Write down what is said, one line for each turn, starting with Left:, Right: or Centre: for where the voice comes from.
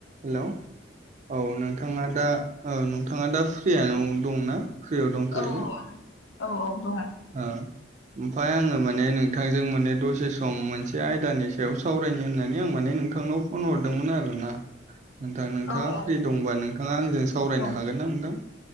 Right: हेलौ औ नोंथाङा दा औ नोंथाङा दा फ्रियानो दंना? फ्रियाव दंथ'यो
Left: औ
Right: ना?
Left: औ औ दङ।
Right: ओ ओमफ्राय आङो माने नोंथांजों माने दसे सम मोनसे आयदानि सायाव सावरायनो होननानै आं माने नोंथांनाव फन हरदोंमोन आरोना नोंथां नोंथाङा
Left: औ औ
Right: फ्रि दंबा नोंथाङा आंजों सावरायनो
Left: औ
Right: हागोन ना नोंथां